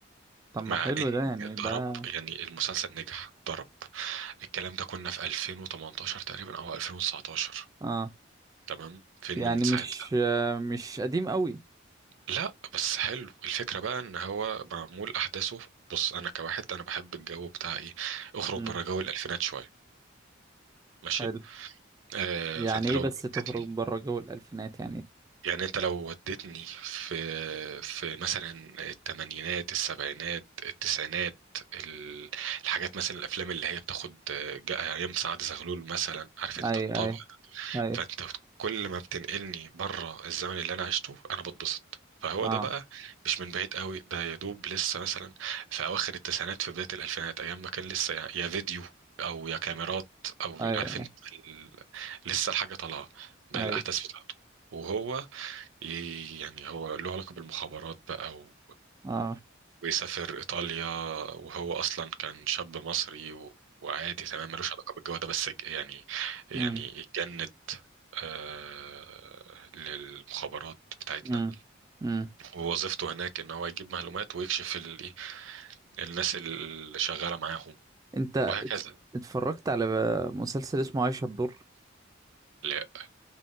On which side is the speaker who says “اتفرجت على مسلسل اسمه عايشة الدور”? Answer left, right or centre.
Right